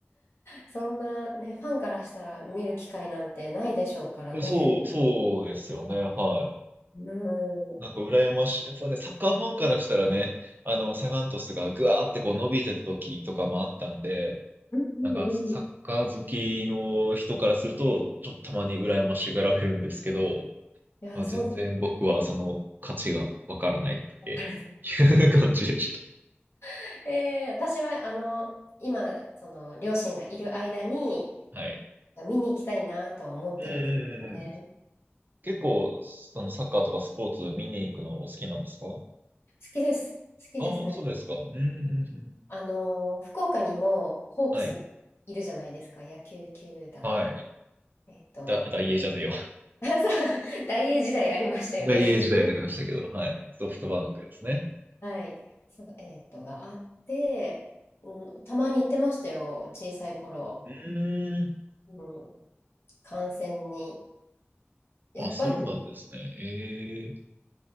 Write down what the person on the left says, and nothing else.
そんなね、ファンからしたら見る機会なんてないでしょうからね。
うん。うん
うん
うん。い
や、
そうです。<laughs> わかる
<laughs> えー私は、あの、今、その、両親がいる間に、
見に行きたいなとは思ってるんですよね。
好きです。好きですね。
あの、福岡にも、ホークスいるじゃないですか、
野球球団。
えっと、
<laughs> 大英時代ありましたよね。
はい。そう、えーっと、があって、うん、たまに行ってましたよ、小さい頃。
うん、観戦に。やっぱり、